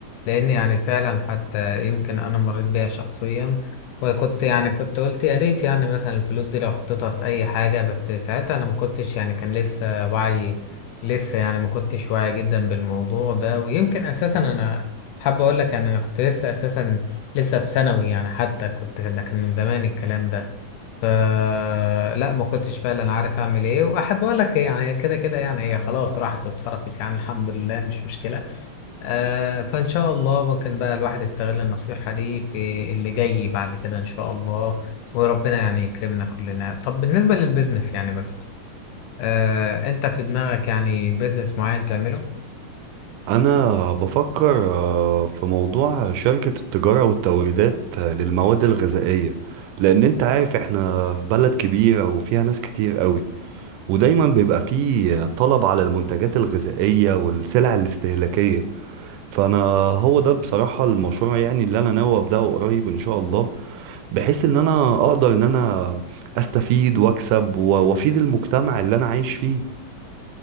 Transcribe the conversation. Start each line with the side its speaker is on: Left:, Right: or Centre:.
Left: لان يعني فعلا حتى يمكن انا مريت بيها شخصيا وكنت يعني كنت قلت يا ريت يعني مثلا الفلوس دي لو حطيتها في اي حاجه بس ساعتها انا ما كنتش يعني كان لسه وعي لسه يعني ما كنتش واعي جدا بالموضوع ده ويمكن اساسا انا حابب اقول لك يعني انا كنت لسه اساسا لسه في ثانوي يعني حتى كنت ده كان من زمان الكلام ده فلا ما كنتش فعلا عارف اعمل ايه واحب اقول لك يعني هي كده كده يعني هي خلاص راحت واتصرفت يعني الحمد لله مش مشكله آه فان شاء الله ممكن بقى الواحد يستغل النصيحه دي في اللي جاي بعد كده ان شاء الله وربنا يعني يكرمنا كلنا طب بالنسبه للبيزنس يعني مثلا آه انت في دماغك يعني بيزنس معين تعمله
Right: انا بفكر آه، في موضوع شركة التجارة والتوريدات آه، للمواد الغذائية لان انت عارف احنا في بلد كبيرة وفيها ناس كتير قوي ودايما بيبقى فيه طلب على المنتجات الغذائية والسلع الاستهلاكية فانا هو ده بصراحه المشروع يعني اللي انا ناوي ابداه قريب ان شاء الله بحيث ان انا اقدر ان انا استفيد واكسب و- وافيد المجتمع اللي انا عايش فيه